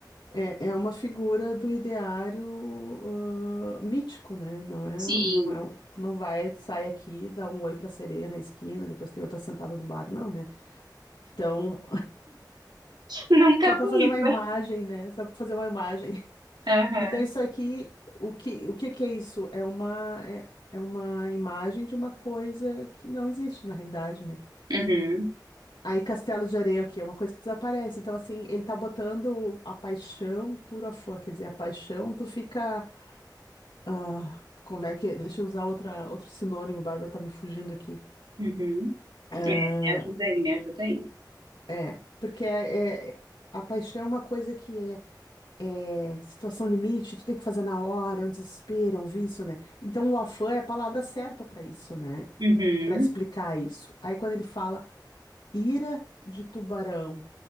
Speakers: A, on the left; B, on the right.
A: é, é uma figura do ideário, ah, mítico, né? Não é,
B: Sim.
A: não é. Tu não vai, sai aqui, dá um oi pra sereia na esquina, depois tem outra sentada no bar, não, né? Então,
B: Nunca
A: só para
B: vi.
A: fazer uma imagem, né? Só para fazer uma imagem. <laughs>
B: Aham.
A: Então, isso aqui, o que, o que que é isso? É uma, é, é uma imagem de uma coisa que não existe na realidade, né?
B: Uhum.
A: Aí, Castelo de Areia, o quê? É uma coisa que desaparece. Então, assim, ele tá botando a paixão pura fã. Quer dizer, a paixão, tu fica. ah, como é que. Deixa eu usar outra, outro sinônimo, Bárbara tá me fugindo aqui.
B: Uhum.
A: Ah,
B: Me ajuda aí, me ajuda aí.
A: é, porque é, é- a paixão é uma coisa que é é, situação limite, tu tem que fazer na hora, é um desespero, é um vício, né? Então o afã é a palavra certa para isso, né?
B: Uhum.
A: Para explicar isso. Aí quando ele fala ira de tubarão,